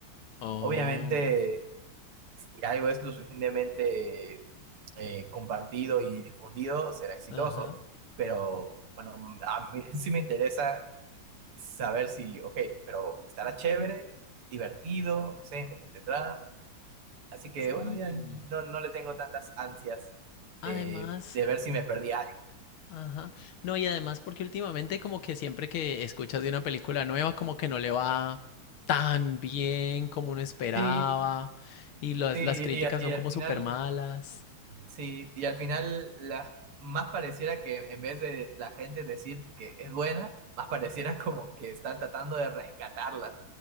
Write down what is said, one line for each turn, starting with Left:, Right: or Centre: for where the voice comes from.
Left: Oh,
Right: Obviamente, si algo es lo suficientemente eh, compartido y difundido, será exitoso,
Left: ajá.
Right: pero bueno, a mí <laughs> sí me interesa saber si, ok, pero estará chévere, divertido, no sé, me entretendrá. Así que
Left: Sí.
Right: bueno, ya no, no le tengo tantas ansias
Left: Además,
Right: de, de ver si me perdí algo.
Left: Ajá. No, y además porque últimamente como que siempre que escuchas de una película nueva como que no le va tan bien como uno esperaba
Right: Sí,
Left: y las
Right: sí,
Left: las críticas
Right: y, a- y
Left: son
Right: al
Left: como
Right: final,
Left: súper malas.
Right: sí, y al final la, más pareciera que en vez de la gente decir que es buena, más pareciera como que están tratando de rescatarla,